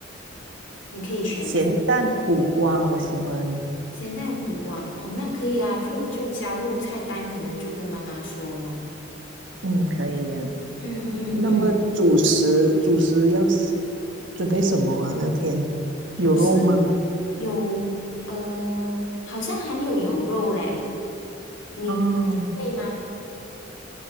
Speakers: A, on the left; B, on the right.
A: 你可以选
B: 咸蛋苦瓜我喜欢。
A: 咸蛋苦瓜哦，那可以啊，就就加入菜单，可能就跟妈妈说咯。
B: 嗯，可以呀、
A: 嗯嗯嗯，
B: 那么主食主食要是准备什么啊？那天有肉吗？
A: 主食有呃，好像还没有有肉嘞，你你要准备吗？
B: 哦，